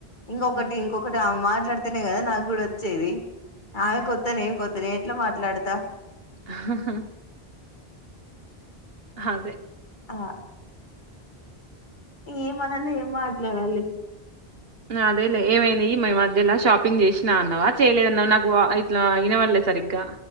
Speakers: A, on the left (about 50°); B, on the right (about 70°).
A: ఇంకొకటి
B: హ్మ్.
A: ఇంకొకటి ఆమె మాట్లాడితేనే కదా నాకు కూడా వచ్చేది
B: హ్మ్.
A: ఆమె కొత్తా, నేను కొత్తా నే ఎట్ల మాట్లాడతా
B: హహ అదే
A: ఆ ఏమ అనంది ఏం మాట్లాడాలి
B: అదేలె ఏమైంది ఈ మధ్యలా షాప్ ప్పింగ్ చేషినా అన్నవా చేయలేదన్నవా నాకు వా ఇట్లా ఇనవళ్లే సరిగ్గా